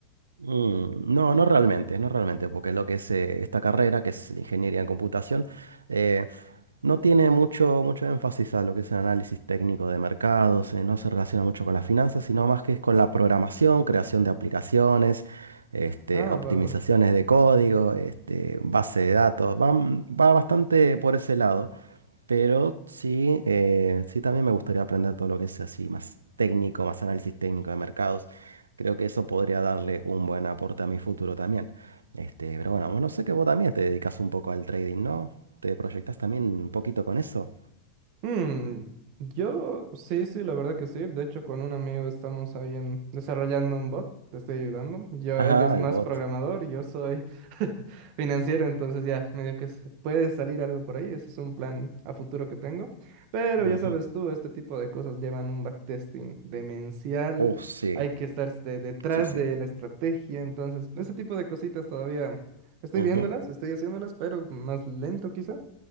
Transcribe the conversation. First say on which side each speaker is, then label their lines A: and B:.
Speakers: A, on the right (about 70°); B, on the right (about 45°).
A: Mm, No, no realmente, no realmente, porque lo que es eh, esta carrera, que es la ingeniería en computación, eh, no tiene mucho, mucho énfasis a lo que es el análisis técnico de mercados, eh, no se relaciona mucho con las finanzas, sino más que es con la programación, creación de aplicaciones, este,
B: Ah,
A: optimizaciones
B: va, va.
A: de código, este, base de datos, va, va bastante por ese lado. Pero sí, eh, sí también me gustaría aprender todo lo que es así, más técnico, más análisis técnico de mercados. Creo que eso podría darle un buen aporte a mi futuro también. Este, pero bueno, bueno, sé que vos también te dedicas un poco al trading, ¿no? ¿Te proyectas también un poquito con eso?
B: Hmm, yo sí, sí, la verdad que sí. De hecho, con un amigo estamos ahí en, desarrollando un bot, te estoy ayudando. Yo, él
A: Ajá,
B: es más
A: el bot.
B: programador y yo soy <laughs> financiero, entonces ya, medio que se- puede salir algo por ahí. Ese es un plan a futuro que tengo. Pero
A: Ujú.
B: ya sabes tú, este tipo de cosas llevan un backtesting demencial.
A: Oh, sí,
B: Hay que estar de- detrás
A: sí, sí.
B: de la estrategia. Entonces, ese tipo de cositas todavía estoy
A: Ujú.
B: viéndolas, estoy haciéndolas, pero más lento quizá.